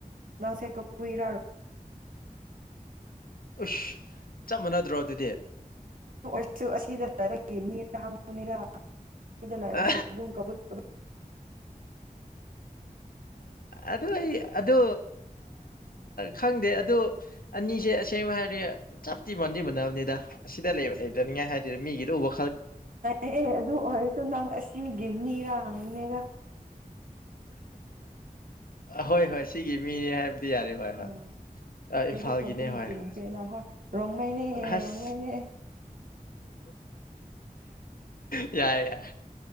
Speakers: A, on the right; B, on the left.
A: ꯉꯁꯦ ꯀꯕꯨꯏꯔ
B: ꯎꯁ ꯆꯞ ꯃꯥꯟꯅꯗ꯭ꯔꯣ ꯑꯗꯨꯗꯤ
A: ꯑꯗꯨ ꯑꯣꯏꯁꯨ ꯑꯁꯤꯗꯒꯤ ꯃꯤꯔ ꯍꯪꯉꯨꯅꯤꯔꯥ ꯗ ꯂ
B: ꯑ
A: ꯀꯕꯨ ꯀ
B: ꯑꯗꯨ ꯑꯩ ꯑꯗꯨ ꯈꯪꯗꯦ ꯑꯗꯨ ꯑꯅꯤꯁꯦ ꯑꯁꯦꯡꯕ ꯍꯥꯏꯔꯗꯤ ꯆꯥꯞꯇꯤ ꯃꯟꯗꯤ ꯃꯅꯕꯅꯤꯗ ꯑꯁꯤꯗ ꯂꯩꯕ ꯂꯩꯗꯅꯤꯡꯉꯥꯏ ꯍꯥꯏꯔ ꯃꯤꯒꯤꯗꯤ ꯎꯕ
A: ꯑ ꯑꯗꯨ ꯑꯣꯏꯔꯁꯨ ꯅꯪ ꯑꯁꯤꯒꯤ ꯃꯤꯔ ꯍꯪꯕꯅꯤꯗ
B: ꯍꯣꯏ ꯍꯣꯏ ꯁꯤꯒꯤ ꯃꯤꯅꯤ ꯍꯥꯏꯕꯗꯤ ꯌꯥꯔꯦ ꯍꯣꯏ
A: ꯎꯝ
B: ꯍꯣꯏ
A: ꯑꯗꯨꯗꯤ
B: ꯏꯝꯐꯥꯜꯒꯤꯅꯦ
A: ꯀꯕꯨꯏ
B: ꯍꯣꯏ
A: ꯆꯤꯡꯈ꯭ꯔꯦꯅ
B: ꯍꯣꯏ
A: ꯍꯣꯏ ꯔꯣꯡꯃꯩꯅꯦ
B: ꯑꯁ
A: ꯔꯣꯡꯃꯩꯅꯦ
B: ꯌꯥꯏ ꯌꯥꯏ